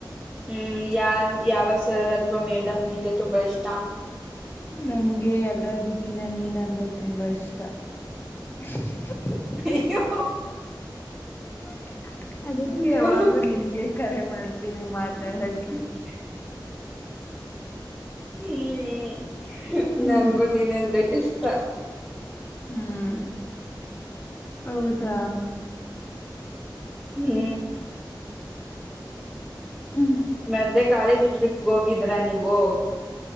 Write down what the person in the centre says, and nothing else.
ಹ್ಮ್ ಯಾರ್ ಯಾವ ಸರ್ ಅಥವಾ ಮೇಡಮ್ ನಿಮಗೆ ತುಂಬಾ ಇಷ್ಟ
ಅಯ್ಯೋ
ಅಯ್ಯೋ
<unintelligible> ಹ್ಮ್ ಹ್ಮ್
ನನ್ಗೂ ನೀನಂದ್ರೆ ಇಷ್ಟ
ಹ್ಮ್
ಮತ್ತೆ ಕಾಲೇಜ್ ಟ್ರಿಪ್ಗ್ ಹೋಗಿದ್ರ ನೀವು